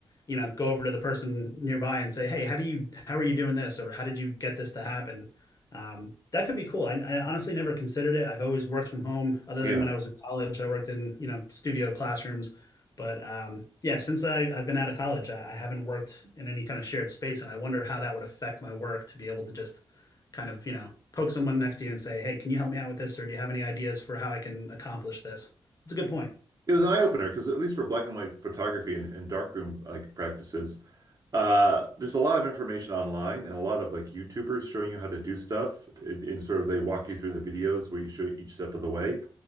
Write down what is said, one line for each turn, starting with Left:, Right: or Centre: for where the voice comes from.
Left: you know, go over to the person nearby and say, "Hey, how do you how are you doing this?" or "How did you get this to happen?" Um, that could be cool. I, I honestly never considered it. I've always worked from home, other
Right: yeah.
Left: than when I was in college. I worked in you know studio classrooms, but um, yeah, since I, I've been out of college, I, I haven't worked in any kind of shared space, and I wonder how that would affect my work to be able to just kind of you know poke someone next to you and say, "Hey, can you help me out with this?" or "Do you have any ideas for how I can accomplish this?" That's a good point.
Right: it was an eye opener because at least for black and white photography and, and darkroom like practices, uh, there's a lot of information online and a lot of like YouTubers showing you how to do stuff. In and sort of they walk you through the videos where you show each step of the way.